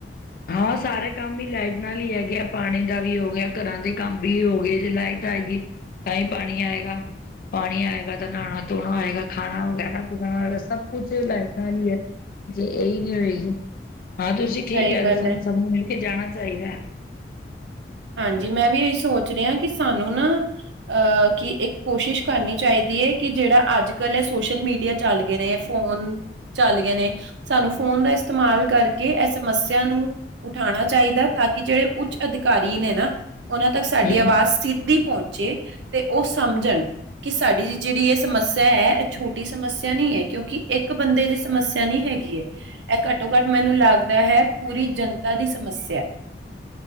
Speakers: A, on the left; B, on the right.
A: ਹਾਂ ਸਾਰੇ ਕੰਮ ਹੀ ਲਾਈਟ ਨਾਲ ਹੀ ਹੈਗੇ ਆ। ਪਾਣੀ ਦਾ ਵੀ ਹੋ ਗਿਆ ਘਰਾਂ ਦੇ ਕੰਮ ਵੀ ਹੋ ਗਏ, ਜੇ ਲਾਈਟ ਆਏਗੀ ਤਾਂ ਹੀ ਪਾਣੀ ਆਏਗਾ। ਪਾਣੀ ਆਏਗਾ ਤਾਂ ਨਹਾਣਾ ਧੋਣਾ ਹੋਏਗਾ, ਖਾਣਾ ਵਗੈਰਾ ਪਕਾਣਾ ਹੋਏਗਾ ਸਭ ਕੁਛ ਲਾਈਟ ਨਾਲ ਹੀ ਹੈ। ਜੇ ਇਹੀ ਨਹੀਂ ਰਈ ਹਾਂ ਤੁਸੀਂ ਠੀਕ
B: ਸਹੀ
A: ਕਹਿ ਰਹੇ
B: ਗੱਲ
A: ਹੋ, ਸਾਨੂੰ
B: ਹੈ
A: ਸਭ ਨੂੰ ਮਿਲ ਕੇ ਜਾਣਾ ਚਾਹੀਦਾ।
B: ਹਾਂਜੀ ਮੈਂ ਵੀ ਇਹੀ ਸੋਚ ਰਿਹਾ ਕਿ ਸਾਨੂੰ ਨਾ ਅਹ ਕਿ ਇੱਕ ਕੋਸ਼ਿਸ਼ ਕਰਨੀ ਚਾਹੀਦੀ। ਕਿ ਜਿਹੜਾ ਅੱਜ- ਕੱਲ੍ਹ ਹੈ ਸੋਸ਼ਲ ਮੀਡੀਆ ਚੱਲ ਗਏ ਨੇ ਫੋਨ ਚੱਲ ਗਏ ਨੇ, ਸਾਨੂੰ ਫੋਨ ਦਾ ਇਸਤੇਮਾਲ ਕਰਕੇ ਕਿ ਇਹ ਸਮੱਸਿਆ ਨੂੰ ਉਠਾਉਣਾ ਚਾਹੀਦਾ, ਤਾਂ ਕਿ ਜਿਹੜੇ ਉੱਚ ਅਧਿਕਾਰੀ ਨੇ ਨਾ ਉਹਨਾਂ ਤੱਕ ਸਾਡੀ
A: ਹਮ
B: ਆਵਾਜ਼ ਸਿੱਧੀ ਪਹੁੰਚ ਚੇ ਉਹ ਸਮਝਣਕਿ ਸਾਡੀ ਜਿਹੜੀ ਇਹ ਸਮੱਸਿਆ ਹੈ, ਇਹ ਛੋਟੀ ਸਮੱਸਿਆ ਨਹੀਂ ਹੈ। ਕਿਉਂਕਿ ਇੱਕ ਬੰਦੇ ਦੀ ਸਮੱਸਿਆ ਨਹੀਂ ਹੈਗੀ ਐ, ਇਹ ਘੱਟੋ- ਘੱਟ ਮੈਨੂੰ ਲੱਗਦਾ ਹੈ ਪੂਰੀ ਜਨਤਾ ਦੀ ਸਮੱਸਿਆ।